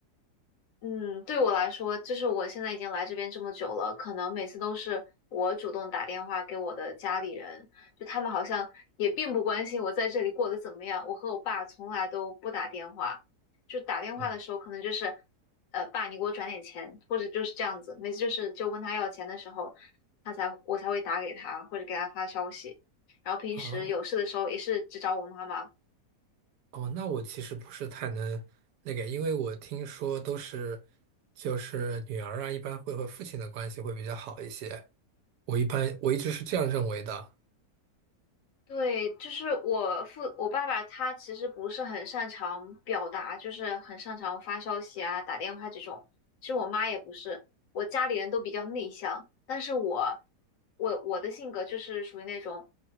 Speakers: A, on the left; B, on the right.
A: 嗯，对我来说，就是我现在已经来这边这么久了，可能每次都是我主动打电话给我的家里人，就他们好像也并不关心我在这里过得怎么样。我和我爸从来都不打电话，就打电话的时候可能就是，
B: 哦，
A: 呃，爸，你给我转点钱，或者就是这样子。每次就是就问他要钱的时候，他才我才会打给他或者给他发消息。然后平时有事的时候也是只找我妈妈
B: 啊，哦，那我其实不是太能那个，因为我听说都是就是女儿啊，一般会和父亲的关系会比较好一些。我一般我一直是这样认为的。
A: 对，就是我父我爸爸，他其实不是很擅长表达，就是很擅长发消息啊、打电话这种。其实我妈也不是，我家里人都比较内向，但是我我我的性格就是属于那种，